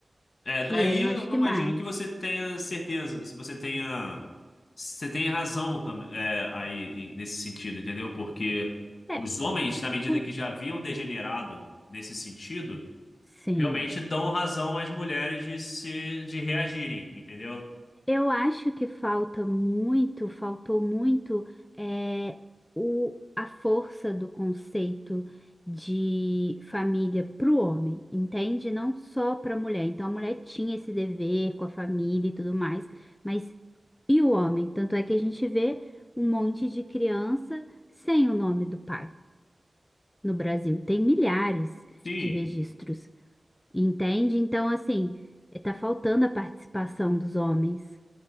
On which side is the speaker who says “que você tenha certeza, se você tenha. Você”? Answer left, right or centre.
Left